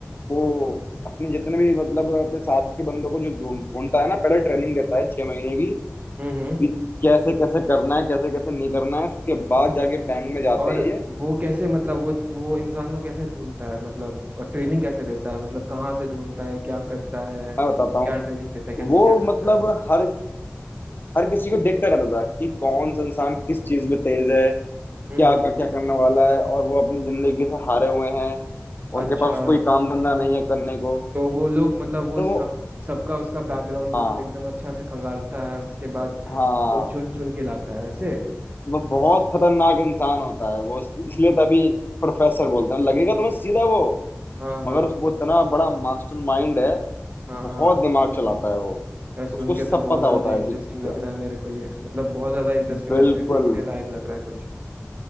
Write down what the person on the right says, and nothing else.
हम्म हम्म
और
वो कैसे मतलब वो वो इंसान को कैसे ढूंढता है मतलब और ट्रेनिंग कैसे देता है मतलब कहाँ से ढूंढता है क्या करता है
क्या
ट्रेनिंग देता है कैसे
क्या करता
है वो लोग।
हम्म हम्म।
अच्छा
तो वो लोग मतलब वो
सब
सबका उसका बैकग्राउंड को
पूरा एकदम अच्छा से खंगालता है उसके बाद
वो चुन चुन के लाता है ऐसे
हाँ
हाँ
हाँ
हाँ
यार सुन
के
तो बहुत
ज्यादा
इंटरेस्टिंग
लग रहा है मेरे को ये मतलब बहुत ज्यादा इंटरेस्टिंग
लग रहा है देखने लायक लग रहा है कुछ